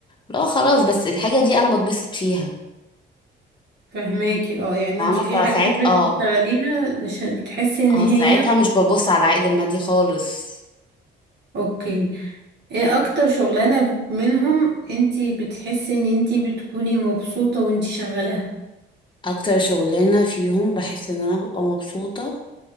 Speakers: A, on the left; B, on the right.
A: لا خلاص بس الحاجه دي انا بتبسط فيها
B: فهماكي اه يعني
A: فاهمه
B: انت في
A: فساعات
B: حاجات بتشتغليها
A: اه
B: عشان بتحسي ان
A: اه
B: هي
A: ساعتها مش ببص على العائد المادي خالص
B: اوكي ايه اكتر شغلانة منهم انت بتحسي ان انت بتكوني مبسوطة وانت شغالاها
A: اكتر شغلانه فيهم بحس ان انا ببقى مبسوطه